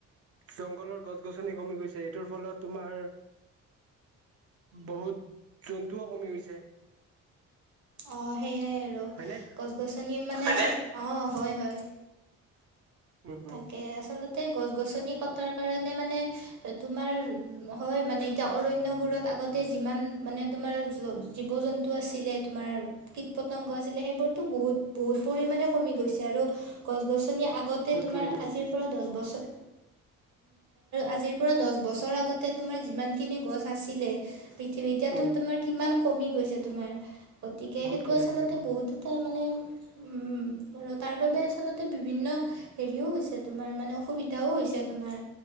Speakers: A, on the right (about 50°); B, on the right (about 65°).
A: জংঘলৰ গছ গছনি কমি গৈছে এইটোৰ ফলত তোমাৰ বহুত জন্তুও কমি গৈছে
B: অ সেইয়াই আৰু
A: হয়নে?
B: গছ গছনি মানে অঁ হয় হয়
A: উম উম
B: তাকে আচলতে গছ গছনি কথা কাৰে মানে তোমাৰ হয় মান এতি অৰণ্যবোৰত আগতে যি মানে তাৰ জ জ আছিলে তোমাৰ কীট পতংগ আছিলে সেইবোৰতো বহুত বহুত পৰিমাণে কমি গৈছে আৰু গছ গছনি আগ
A: বহুত
B: তোমাৰ
A: পৰিমাণে কমি
B: আজি
A: গৈছে
B: পৰা দহ বছৰ আজি পৰা দ বছৰ আগতে তোমাৰ যিমানখিনি গছ আছিলে পৃথিৱী এতিয়াতো
A: উম
B: তোমাৰ কিমান কমি গৈছে তোমাৰ। গতিকে
A: বহুত
B: সেইটো
A: কমি
B: আচলতে
A: গৈছে
B: বহুত এটা মানে উম আৰু তাৰ বাবে আচলতে বিভিন্ন হেৰিও হৈছে তোমাৰ মানে অসুবিধাও হৈছে তোমাৰ